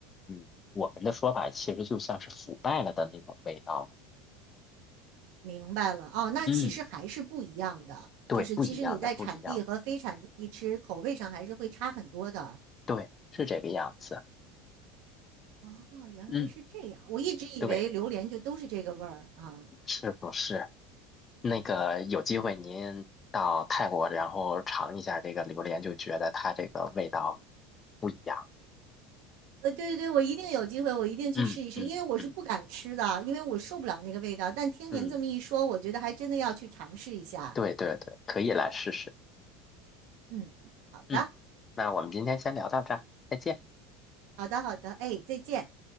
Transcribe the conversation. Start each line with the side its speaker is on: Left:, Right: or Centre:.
Left: 嗯，我们的说法其实就像是腐败了的那种味道嘛。
Right: 明白了哦，那其实还是不一样的，
Left: 嗯，对，
Right: 就是其实你在产地和非产地吃，
Left: 不一样的，不一样的，
Right: 口味上还是会差很多的。
Left: 对，是这个样子。
Right: 哦，原来是这样，
Left: 嗯，
Right: 我一直以为榴莲就都是这个味儿啊。
Left: 对，是不是？那个有机会您到泰国，然后尝一下这个榴莲，就觉得它这个味道不一样。
Right: 呃，对对对，我一定有机会，我一定去试一试，
Left: 嗯嗯嗯
Right: 因为我是不敢吃的，因为我受不了那个味道。但听您这么一说，
Left: 嗯，
Right: 我觉得还真的要去尝试一下。
Left: 对对对，可以来试试。
Right: 嗯，好的，
Left: 嗯，那我们今天先聊到这儿，再见。
Right: 好的，好的，哎，再见。